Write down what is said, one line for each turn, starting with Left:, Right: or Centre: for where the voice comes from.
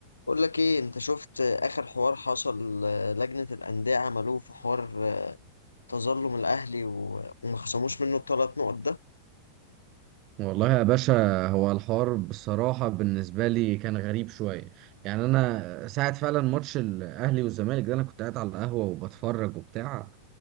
Left: بقول لك ايه انت شفت اخر حوار حصل آه، لجنة الأندية عملوه في حوار آه، تظلم الاهلي و- وما خصموش منه الثلاث نقط ده
Right: والله يا باشا هو الحوار بصراحة بالنسبة لي كان غريب شوية يعني أنا ساعة فعلا ماتش الأهلي والزمالك ده أنا كنت قاعد على القهوة وبتفرج وبتاع